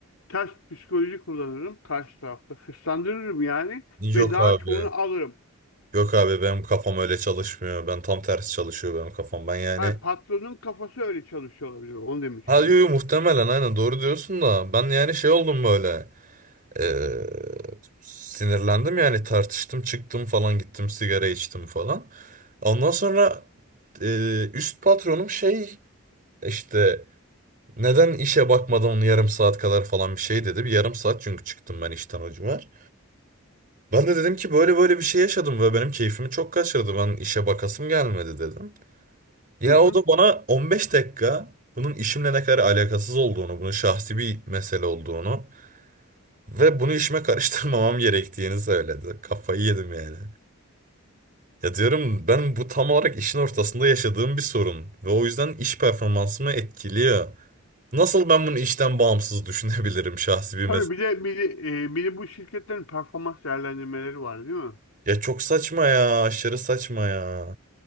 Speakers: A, on the left (about 85°); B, on the right (about 40°).
A: ters psikoloji kullanırım karşı tarafta. Hırslandırırım yani
B: yok
A: ve daha
B: abi
A: çoğunu alırım.
B: yok abi benim kafam öyle çalışmıyor ben tam tersi çalışıyor benim kafam ben yani
A: Hayır patronun kafası öyle çalışıyor olabilir. Onu demek
B: ha
A: istedim.
B: yo, yo, muhtemelen aynen doğru diyorsun da ben yani şey oldum böyle eee, sinirlendim yani tartıştım çıktım falan gittim sigara içtim falan ondan sonra eee, üst patronum şey işte neden işe bakmadan yarım saat kadar falan bir şey dedi. Bir yarım saat çünkü çıktım ben işten o civar. Ben de dedim ki böyle böyle bir şey yaşadım ve benim keyfimi çok kaçırdı. Ben işe bakasım gelmedi dedim. Ya
A: Hı hı.
B: o da bana 15 dakika bunun işimle ne kadar alakasız olduğunu, bunun şahsi bir mesele olduğunu ve bunu işime karıştırmamam <laughs> gerektiğini söyledi. Kafayı yedim yani. Ya diyorum ben bu tam olarak işin ortasında yaşadığım bir sorun ve o yüzden iş performansımı etkiliyor. Nasıl ben bunu işten bağımsız düşünebilirim şahsi bir
A: Tabii
B: mesele?
A: bir de, bir de, e, bir de bu şirketlerin performans değerlendirmeleri var değil mi?
B: Ya çok saçma ya, aşırı saçma ya.